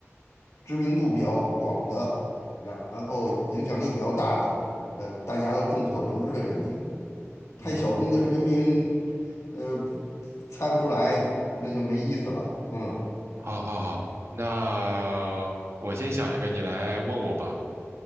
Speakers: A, on the left (about 80°); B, on the right (about 60°).
A: 知名度比较广的，然然后影响力比较大的，呃，大家都众所周知的人名。太小众的人名，
B: 嗯，
A: 呃，猜不出来，那就没意思了。嗯，
B: 好好好，那我先想一个，你来问我吧。